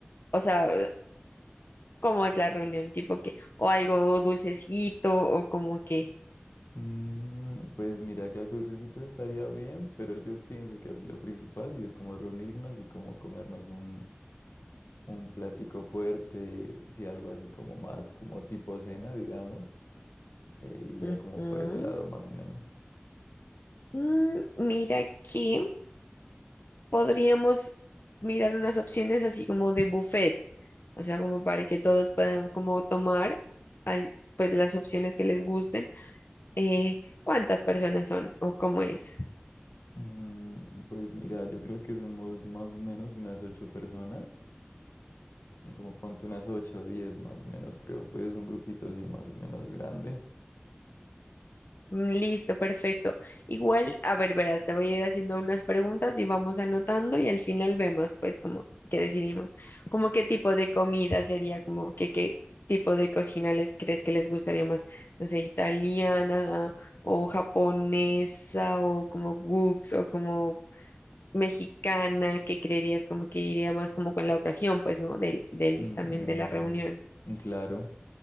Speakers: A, on the left; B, on the left.
A: o sea, ¿cómo es la reunión? Tipo que, o algo dulcecito, o como que,
B: Mm, pues mira que algo dulcecito estaría bien, pero yo pienso que así lo principal sí es como reunirnos y como comernos un un plástico fuerte, si algo así como más, como tipo cena, digamos, eh, iría
A: ujú.
B: como por ese lado más o menos.
A: Mm, mira aquí. podríamos mirar unas opciones así como de buffet, o sea, como para que todos puedan como tomar al- pues las opciones que les gusten. Eh, ¿cuántas personas son o cómo es?
B: Mm, pues mira, yo creo que somos más o menos unas ocho personas, como ponte unas ocho o diez más o menos, creo. Pues es un grupito así más o menos grande.
A: Mm, Listo, perfecto. Igual, a ver, verás, te voy a ir haciendo unas preguntas y vamos anotando y al final vemos, pues, como que decidimos, como qué tipo de comida sería, como que qué tipo de cocina les crees que les gustaría más, no sé, italiana o japonesa o como Wux o como mexicana, que creerías como que iría más como con la ocasión, pues, ¿no? Del, del,
B: Mm,
A: también de la reunión.
B: mm, claro.